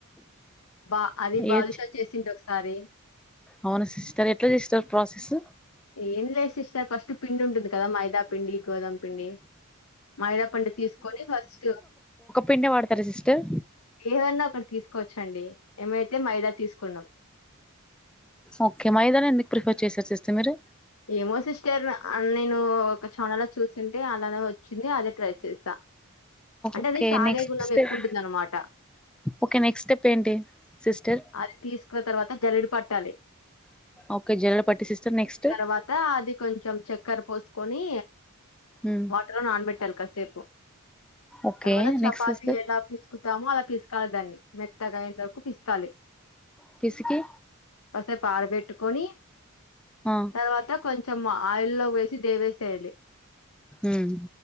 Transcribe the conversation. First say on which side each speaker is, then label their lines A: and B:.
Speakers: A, on the left; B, in the centre.
A: బా అది బాదుషా
B: ఏ
A: చేసింది ఒకసారి
B: అవునా సిస్టర్ ఎట్లా చేసినర్ ప్రాసెస్
A: ఏం లేదు సిస్టర్ ఫస్ట్ పిండి ఉంటుంది కదా మైదా పిండి గోదామ పిండి మైదాపిండి తీసుకొని ఫస్ట్
B: పిండి పడతారా సిస్టర్
A: ఏదైన్నా ఒకటి తీసుకోవచ్చండి మేమైతే మైదా తీసుకున్నాం
B: ఓకే మైదాన ఎందుకు ప్రిఫర్ చేసారు సిస్టర్ మీరు
A: ఏమో సిస్టర్ నేను ఒక చానల్లో చూసుంటే అలానే వచ్చింది అద ట్రై చేస్తా అంటే
B: ఓకే
A: అదే సాగే
B: నెక్స్ట్
A: గుణం
B: స్టెప్
A: ఎక్కువటుందనమాట
B: ఓకే నెక్స్ట్ స్టెప్ ఏంటి సిస్టర్
A: అది తీసుకున్న తర్వాత జల్లేడ పట్టాలి
B: ఓకే జల్లెడ పట్టి సిస్టర్ నెక్స్ట్
A: తర్వాత అది కొంచెం చక్కర పోసుకొని
B: ఉమ్
A: వాటర్లో నానబెట్టాలి కాసేపు
B: ఓకే
A: తర్వాత చపాతి
B: నెక్స్ట్ సిస్టర్
A: ఎలా పీసుకుతామో అలా పిసకలి దాన్ని మెత్తగాయంతే వరకు పిసుకాలి
B: పిసికి
A: కాసేపూ అరపెట్టుకొని
B: ఆ
A: తర్వాత కొంచెం ఆయిల్లో వేసి దేవేశేయాలి
B: ఉమ్